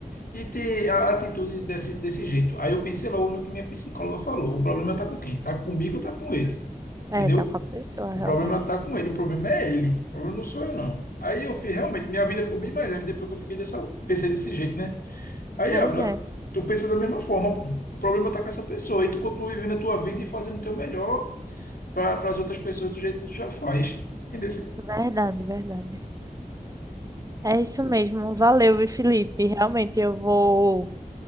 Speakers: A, on the left (about 75°); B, on the right (about 25°).
A: e ter a atitude desse, desse jeito. Aí eu pensei logo no que minha psicóloga falou. O problema tá com quem? Tá comigo ou tá com ele? Entendeu?
B: É, tá com a pessoa,
A: O
B: realmente.
A: problema tá com ele, o problema é ele. O problema não sou eu, não. Aí eu fiz, realmente, minha vida ficou bem mais leve depois que eu fiquei dessa, pensei desse jeito, né? Aí,
B: Pois
A: Ávila,
B: é,
A: tu pensa da mesma forma, pô. O problema tá com essa pessoa. E tu continua vivendo a tua vida e fazendo o teu melhor para as outras pessoas do jeito que tu já faz. Entendeu?
B: verdade, verdade. É isso mesmo. Valeu, viu, Felipe. Realmente eu vou